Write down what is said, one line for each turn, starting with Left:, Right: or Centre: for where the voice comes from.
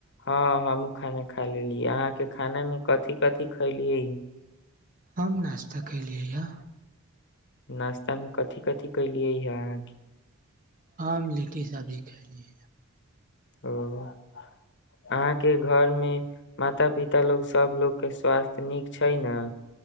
Left: हँ हमहुँ खाना खा लेलिय अहाँ के खाना में कथि-कथि खैलिय यऽ?
Right: हम नास्ता केलियै यऽ।
Left: नास्ता मे कथि-कथि कलियै यऽ अहाँके
Right: हम लिट्टी सब्जी खलियै।
Left: ओ अहाँके घर मे माता-पिता लोग सब लोग के स्वास्थ्य नीक छै न?